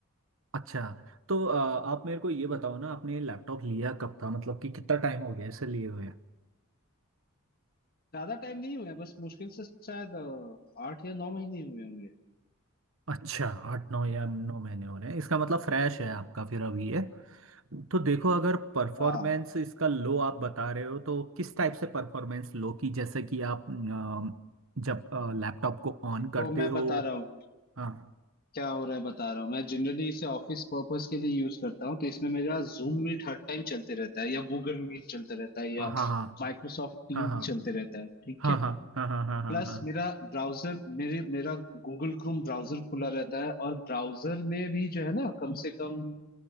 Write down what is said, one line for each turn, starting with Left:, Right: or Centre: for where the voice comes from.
Right: अच्छा तो आप मेरे को ये बताओ ना आपने लैपटॉप लिया कब था मतलब कि कितना टाइम हो गया इसे लिए हुए
Left: ज्यादा टाइम नहीं हुआ है बस मुश्किल से शायद अ, आठ या नौ महीने हुए होंगे
Right: अच्छा आठ नौ या नौ महीने हो रहे हैं इसका मतलब फ्रेश है आपका फिर अभी ये तो देखो अगर परफॉर्मेंस
Left: हाँ
Right: इसका लो आप बता रहे हो तो किस टाइप से परफॉर्मेंस लो की जैसे कि आप अम, जब लैपटॉप को ऑन
Left: को
Right: करते
Left: मैं
Right: हो
Left: बता रहा हूँ
Right: हाँ
Left: क्या हो रहा है बता रहा हूँ मैं जनरली इसे ऑफिस पर्पस के लिए यूज करता हूँ तो इसमें मेरा जूम मीट हर टाइम चलते रहता है या गूगल मीट चलता रहता है या
Right: हाँ हाँ
Left: माइक्रोसॉफ्ट टीम
Right: हाँ हाँ
Left: चलते रहता है ठीक
Right: हाँ
Left: है
Right: हाँ हाँ हाँ हाँ
Left: प्लस
Right: हाँ
Left: मेरा ब्राउजर मेरे मेरा गूगल क्रोम ब्राउजर खुला रहता है और ब्राउजर में भी जो है ना कम से कम